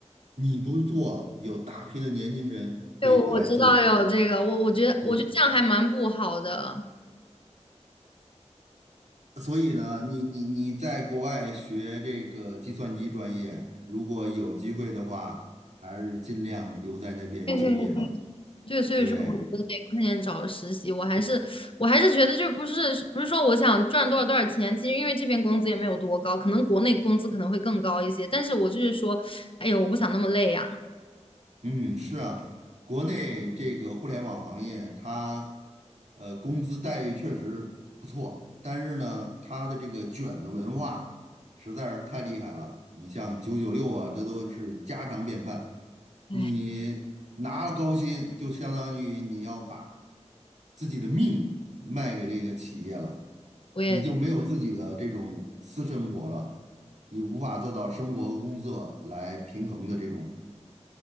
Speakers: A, on the right (about 75°); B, on the left (about 45°).
A: 你不做，有大批的年轻人会来做。
B: 对，我我知道有这个，我我觉得我觉得这样还蛮不好的。
A: 嗯，所以呢，你你你在国外学这个计算机专业，如果有机会的话，还是尽量留在那边就业吧。
B: 对对对，对，所以说我觉得得快点找实习。
A: 对，
B: 我还是我还是觉得就是不是不是说我想赚多少多少钱，其实因为这边工资也没有多高，可能国内工资可能会更高一些，但是我就是说，哎呦，我不想那么累呀、
A: 嗯，是啊，国内这个互联网行业，它呃工资待遇确实不错，但是呢，它的这个卷的文化实在是太厉害了。你像九九六啊，这都是家常便饭。
B: 哎，
A: 你拿了高薪，就相当于你要把自己的命卖给这个企业了，
B: 我也
A: 你就没有自己的这种私生活了，你无法做到生活和工作来平衡的这种